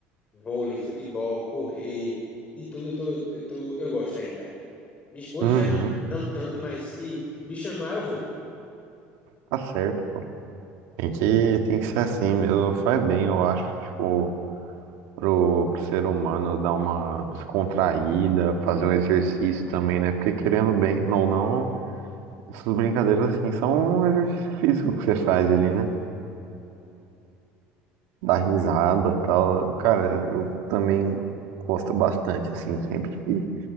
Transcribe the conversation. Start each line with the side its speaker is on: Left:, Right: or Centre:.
Left: vôlei, futebol, correr, de tudo eu tô, eu tô, eu gosto ainda. Minha esposa
Right: Uhum,
Left: já não tanto, mas se me chamar, eu vou.
Right: tá certo, pô. Tem que, tem que ser assim mesmo, faz bem, eu acho, tipo, pro, pro ser humano dar uma descontraída, fazer um exercício também, né? Porque querendo bem ou não, essas brincadeiras assim são um exercício físico que você faz ali, né? dar risada e tal. Cara, eu também gosto bastante, assim, sempre que,